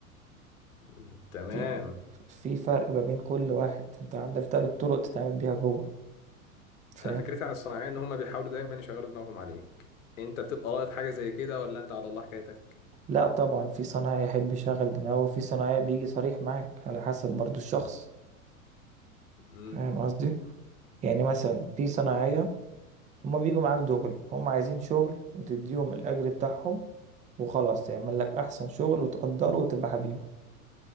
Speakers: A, on the left (about 65°); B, on the right (about 15°).
A: مم، تمام
B: في في فرق ما بين كل واحد انت عندك تلات طرق تتعامل بيها جوه فاهم
A: انا فكرتي عن الصناعية ان هم بيحاولوا دايما يشغلوا دماغهم عليك انت بتبقى لاقط حاجة زي كده ولا انت على الله حكايتك
B: لا طبعا في صنايعي يحب يشغل دماغه وفي صنايعي بيجي صريح معاك على حسب برضو الشخص
A: مم،
B: فاهم قصدي يعني مثلا في صنايعية هما بيجوا معاك دغري هما عايزين شغل وتديهم الأجر بتاعهم وخلاص يعمل لك أحسن شغل وتقدره وتبقى حبيبه